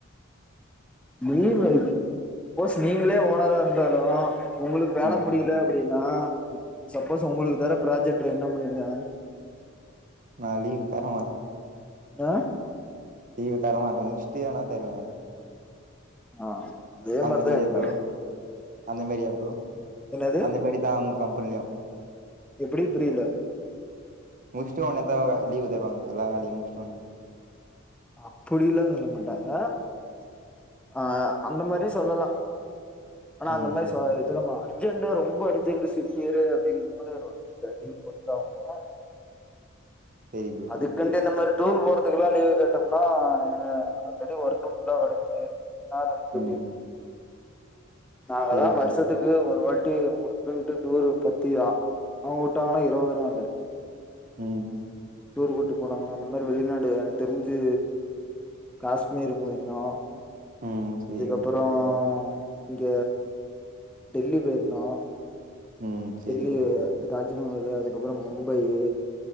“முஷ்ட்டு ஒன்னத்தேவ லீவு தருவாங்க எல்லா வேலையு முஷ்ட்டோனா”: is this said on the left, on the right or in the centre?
Right